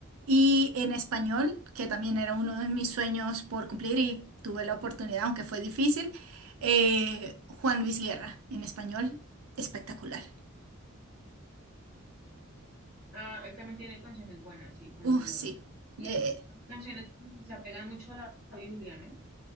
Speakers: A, on the right; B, on the right.
A: y en español, que también era uno de mis sueños por cumplir y tuve la oportunidad, aunque fue difícil, eh, Juan Luis Guerra en español, espectacular.
B: Ah, él también tiene canciones buenas, sí, con
A: Uh,
B: lleva.
A: sí.
B: Y
A: Eh,
B: es- canciones que se apegan mucho a la Biblia, ¿no?